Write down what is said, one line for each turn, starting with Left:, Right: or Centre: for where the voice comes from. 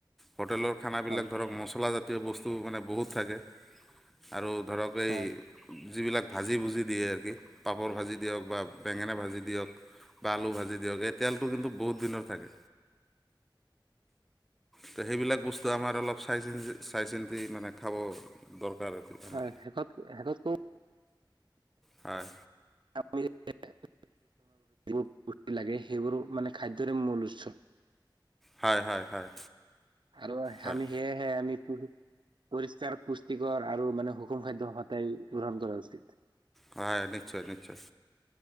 Centre: হোটেলৰ খানাবিলাক
Right: হয়
Centre: ধৰক মচলাজাতীয় বস্তু মানে বহুত থাকে আৰু ধৰক এই
Right: হয়
Centre: যিবিলাক ভাজি ভুজি দিয়ে আৰু কি পাপৰ ভাজি দিয়ক বা বেঙেনা ভাজি দিয়ক বা আলু ভাজি দি দিয়ক এই তেলটো কিন্তু বহুত দিনৰ থাকে, ত' সেইবিলাক বস্তু তো আমাৰ অলপ চাই চিটি, চাই চিন্তি মানে খাব দৰকাৰ আৰু আমাৰ
Right: হয়, শেষত, শেষত কওঁ
Centre: হয়।
Right: <unintelligible> বস্তু লাগে সেইবোৰ মানে খাদ্যৰে মূল উৎস
Centre: হয়, হয়, হয়।
Right: আৰু
Centre: হয়
Right: আমি, সেয়হে আমি, প পৰিষ্কাৰ পুষ্টিকৰ আৰু মানে সুষম খাদ্য সদায় গ্ৰহণ কৰা উচিত।
Centre: হয়, নিশ্চয়, নিশ্চয়,